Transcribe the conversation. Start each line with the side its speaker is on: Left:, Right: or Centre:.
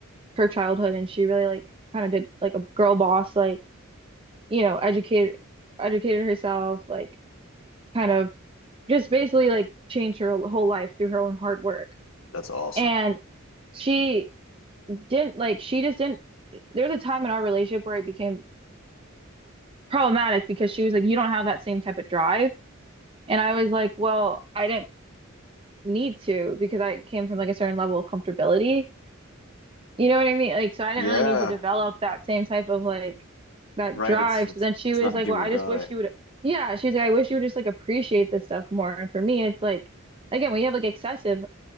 Right: her childhood and she really like kind of did like a girl boss like you know, educated educated herself, like kind of just basically like changed her whole life through her own hard work.
Left: That's awesome.
Right: And she didn't like she just didn't there was a time in our relationship where it became problematic because she was like, You don't have that same type of drive. And I was like, Well, I didn't need to because I came from like a certain level of comfortability. You know what I mean? Like, so I
Left: Yeah,
Right: didn't really need to develop that same type of like that
Left: right.
Right: drive.
Left: It's it's
Right: So then she
Left: it's
Right: was
Left: not
Right: like,
Left: do
Right: Well,
Left: or
Right: I
Left: die.
Right: just wish you would, yeah, she's like, I wish you would just like appreciate this stuff more. And for me, it's like, again, when you have like excessive